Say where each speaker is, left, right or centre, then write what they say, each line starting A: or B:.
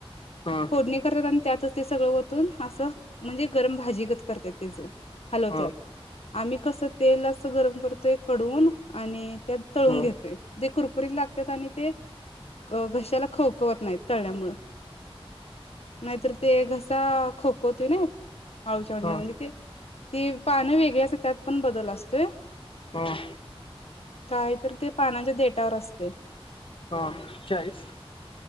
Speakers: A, on the left; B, on the left.
A: ह
B: फोडणी कर त्यातच ते सगळं वतून असं म्हणजे गरम भाजीच करतेात हलत
A: ह ह
B: आ क गरम करतोय खडवून आणि त्यात तळून
A: ह
B: घेतोय तेे कुरकुरीत लागतात आणि ते घशाला खवकवत नाहीत तळल्यामु नाहीत ते घसा खोकवतय ना पाऊषडनं
A: ह
B: म्हणजे ते ती पानं वेगळी अस त्यात पण बदल असतोय
A: ह ह
B: काहीतरी ते पानाच्या देटावर असत ते
A: ह चाळीस